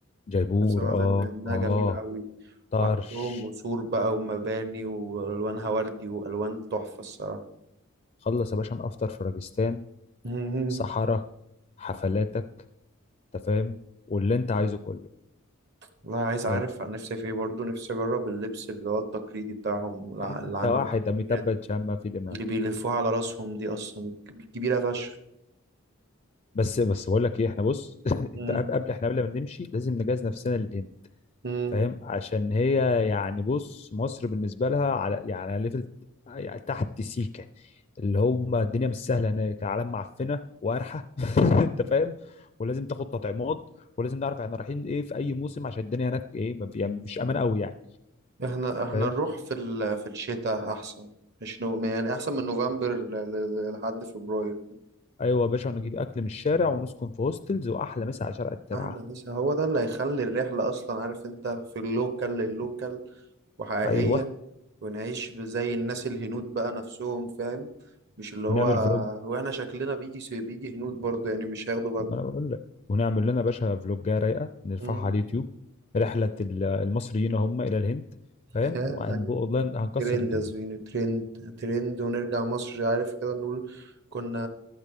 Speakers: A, on the left (about 35°); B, on the right (about 55°).
A: جيبور
B: أنا سمعت
A: اه
B: إن- إنها
A: اه
B: جميلة أوي
A: طرش
B: وعندهم قصور بقى ومباني وألوانها وردي وألوان تحفة الصراحة
A: خلص يا باشا نفطر في راجستان
B: <laughs> مم.
A: صحراء حفلاتك انت فاهم واللي انت عايزه كله
B: والله عايز أعرف
A: ال-
B: عن نفسي في إيه برضه نفسي أجرب اللبس اللي هو التقليدي بتاعهم والع-
A: انت
B: العمامة
A: واحد اميتاب
B: الكبيرة
A: باتشان ما في دماغ
B: اللي بيلفوها على راسهم دي اصلا ك- كبيرة فشخ
A: بس بس بقول لك ايه احنا بص <laughs>
B: مم.
A: انت قبل قبل- احنا قبل ما نمشي لازم نجهز نفسنا للهند
B: مم.
A: فاهم عشان هي يعني بص مصر بالنسبه لها على يعني على ليفل يعني تحت سيكه اللي هم الدنيا مش سهله هناك العالم معفنه وقرحه <laughs> انت فاهم ولازم تاخد تطعيمات ولازم نعرف احنا رايحين ايه في اي موسم عشان الدنيا هناك ايه ما في- يعني مش امان قوي يعني
B: احنا احنا
A: فاهم
B: نروح في ال... في الشتاء احسن مش نو... يعني احسن من نوفمبر ل... ل... لحد فبراير
A: ايوه يا باشا ونجيب اكل من الشارع ونسكن في هوستلز واحلى مسا على شارع الترعه
B: احلى لسه هو ده اللي هيخلي الرحلة اصلا عارف انت في اللوكال اللوكال وحقيقية
A: ايوه
B: ونعيش زي الناس الهنود بقى نفسهم فاهم مش اللي هو
A: ونعمل فلوج
B: واحنا شكلنا بيجي بيجي هنود برضه يعني مش هياخدوا بالهم
A: انا بقول لك ونعمل لنا باشا فلوجة رايقه نرفعها
B: مم.
A: على اليوتيوب رحله ال- المصريين هم الى الهند
B: <laughs>
A: فاهم وهنبقى والله هنكسر
B: ترند
A: الدنيا
B: يا زويني ترند ترند ونرجع مصر عارف كده نقول كنا